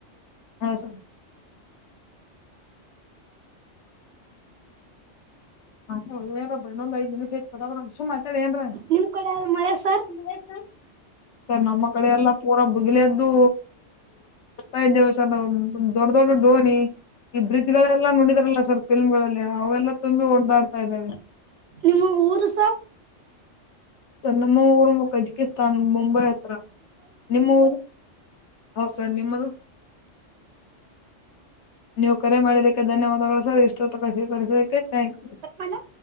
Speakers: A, on the left; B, on the right.
A: ಹಾ ಸ ಹಾ ಬೈ ಇನೋಂದ ಐ ನಿಮಿಷ ಐತಿ ಪಟಾ ಪಟಾ ಏನ್ರ
B: ನಿಮ್ ಕಡೆ ಮಳೆ ಸರ್
A: <unintelligible> ಸರ್ ನಮ್ಮ ಕಡೆೆಯೆಲ್ಲಾ ಪೂರಾ ಬುಗಿಲೆದ್ದು ಹರ್ತಾ ಇದ್ದೇವೆ. ಸರ್ ದೊಡ್ಡ ದೊಡ್ಡ ಡೋನಿ ಈ ಬ್ರಿಜ್ ಗಳೆಲ್ಲಾ ನೋಡಿದಾರಲ್ಲ ಸರ್. ಫಿಲ್ಮಗಳಲ್ಲಿ ಅವೆಲ್ಲ ತುಂಬಿ ಓಡದಾಡ್ತಾ ಇದ್ದಾವೆ.
B: ನಿಮ್ಮ ಊರು ಸರ್.
A: ಸರ್ ನಮ್ಮ ಊರು ಕಜಿಕಿಸ್ತಾನ್ ಮುಂಬೈ ಹತ್ರ ನಿಮ್ಮ ಊರು. ಹೌ ಸರ್ ನಿಮ್ಮದು. ನೀವು ಕರೆ ಮಾಡಿದಕ್ಕೆ ಧನ್ಯವಾದಗಳು ಸರ್ ಇಷ್ಟೊತ್ತಕ ಸಿಕರಿಸಕ್ಕೆ ಥಾಂಕ್ ಯು.
B: <unintelligible> ಪಾಲಾ